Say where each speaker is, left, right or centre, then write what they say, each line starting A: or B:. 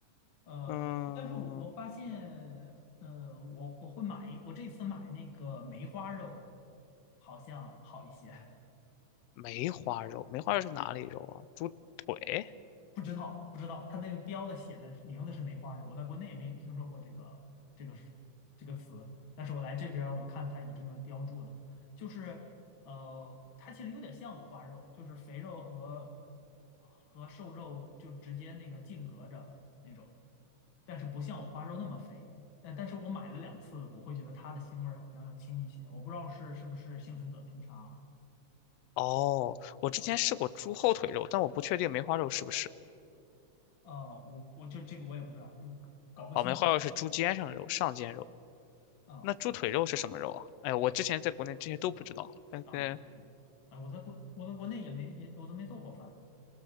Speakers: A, on the left; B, on the left.
A: 呃，
B: 嗯，
A: 但是我我发现，呃，我我会买，我这次买那个梅花肉，好像好一些。
B: 梅花肉，梅花肉是哪里肉啊？猪腿？
A: 不知道，不知道，它那个标的写的名字是梅花肉，我在国内也没听说过这个这个这个词，但是我来这边儿我看它有这么标注的，就是呃，它其实有点像五花肉，就是肥肉和和瘦肉就直接那个净隔着那种，但是不像五花肉那么肥。呃，但是我买了两次，我会觉得它的腥味儿好像要轻一些，我不知道是是不是幸存者偏差哈。
B: 哦，我之前试过猪后腿肉，但我不确定梅花肉是不是。
A: 啊，我我就这个我也不知道，不搞不清楚
B: 哦，梅花肉是猪肩上的肉，上肩肉。
A: 啊。
B: 那猪腿肉是什么肉啊？哎，我之前在国内这些都不知道，但是
A: 啊，都不知道啊，我在国我在国内也没也我都没做过饭。